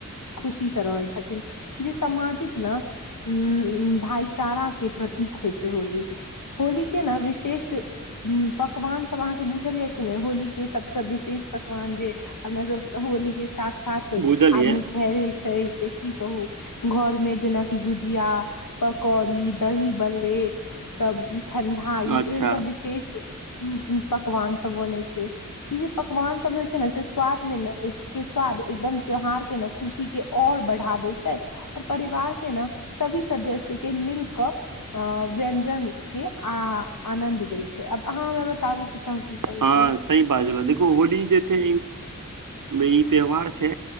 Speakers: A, on the left (about 80°); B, on the right (about 80°).
A: खुशीसँ रहैत छथिन ई जे सामाजिक ने उ भाइचारा के प्रतीक होइ छै होली होली के ने विशेष पकवान सब अहाँके बुझल ये किी ने होली के सबस विशेष पकवान जे अपना सब होली के साथ साथ
B: बुझलियै
A: आदमी खेलै छै से की कहू घर मे जेनाकि गुजिया पकौड़ी दही बल्ले सब ठणढाई
B: अच्छा
A: ए सब विशेष उ पकवान सब बनै छै ई जे पकवान सब होइ छै ने से स्वाद मे ने के स्वाद एकदम त्यौहार के ने खुशी के और बढ़ा द छै ओर परिवार के ने सभी सदस्य के मिलके अ व्यंजन के आनन्द लै छै आब अहाँ हमरा बताबू किछु अहाँ की करै
B: हँ
A: छलहुँ
B: सही बाजलउ देखो होली जे छैे ई त्यहार छै